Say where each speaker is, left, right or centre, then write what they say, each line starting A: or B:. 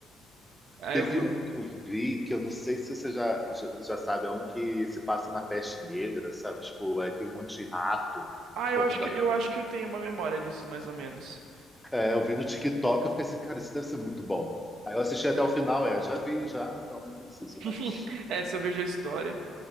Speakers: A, on the right (about 70°); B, in the centre.
A: Ah,
B: Teve
A: eu,
B: um que eu vi, que eu não sei se você já, já, já sabe, é um que se passa na peste negra, sabe? Tipo, aí tem um monte de rato
A: ah, eu
B: correndo
A: acho que
B: atrás
A: eu acho
B: de.
A: que eu tenho uma memória disso, mais ou menos.
B: É, eu vi no TikTok, eu fiquei assim, cara, isso deve ser muito bom. Aí eu assisti até o final, é, já vi, já, então não preciso
A: <laughs>
B: mais.
A: É, se eu vejo a história.